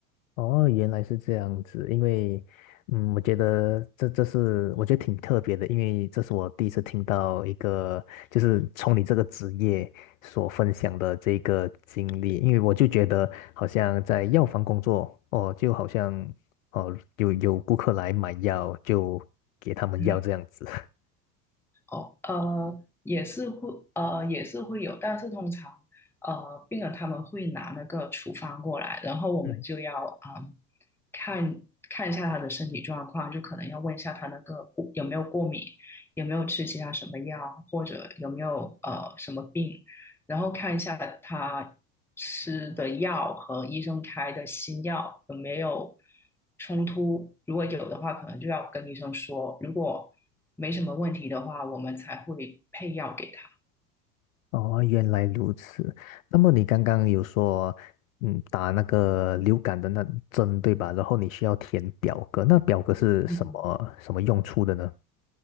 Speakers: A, on the left (about 60°); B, in the centre.
A: 哦，原来是这样子，因为，嗯，我觉得这这是我觉得挺特别的，因为这是我第一次听到一个就是从你这个职业所分享的这个经历，因为我就觉得好像在药房工作，哦，就好像哦有有顾客来买药就给他们药这样子。
B: 嗯。
A: <laughs>
B: 哦，呃，也是会，呃，也是会有，但是通常，呃，病人他们会拿那个处方过来，然后我们就要，
A: 嗯。
B: 嗯，看看一下他的身体状况，就可能要问一下他那个过有没有过敏，有没有吃其他什么药，或者有没有呃什么病，然后看一下他吃的药和医生开的新药有没有冲突，如果有的话，可能就要跟医生说，如果没什么问题的话，我们才会配药给他。
A: 哦，原来如此。那么你刚刚有说，嗯，打那个流感的那针，对吧？然后你需要填表格，那表格是什么什么用处的呢？
B: 嗯。